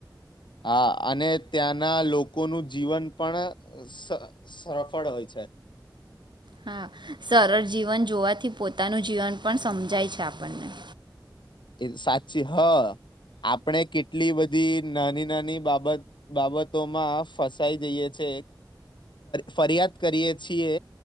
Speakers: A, on the left; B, on the right.
A: હા અને ત્યાંના લોકોનું જીવન પણ સ-સફળ હોય છે.
B: હા, સરળ જીવન જોવાથી પોતાનું જીવન પણ સમજાય છે આપણને.
A: એ સાચી હ આપણે કે ટલી બધી નાની નાની બાબત બાબતોમાં ફસાઈ જઈએ છે ફરિયાદ કરીએ છીએ